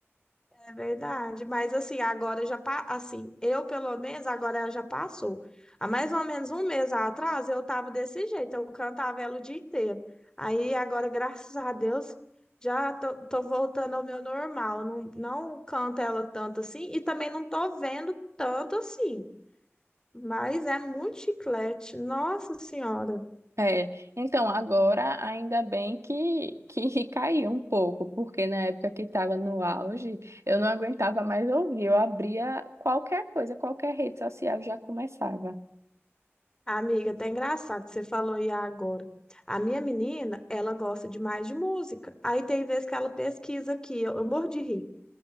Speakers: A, on the left; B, on the right.
A: É verdade. Mas assim, agora já pa... assim, eu pelo menos agora já passou. Há mais ou menos um mês atrás eu tava desse jeito, eu cantava ela o dia inteiro. Aí agora, graças a Deus, já tô, tô voltando ao meu normal. Não, não canto ela tanto assim e também não tô vendo tanto assim. Mas é muito chiclete, nossa senhora.
B: É, então agora ainda bem que, que <laughs> caiu um pouco, porque na época que estava no auge, eu não aguentava mais ouvir, eu abria qualquer coisa, qualquer rede social já começava.
A: Amiga, até engraçado que você falou aí agora. A minha menina, ela gosta demais de música. Aí tem vezes que ela pesquisa aqui, eu, eu morro de rir.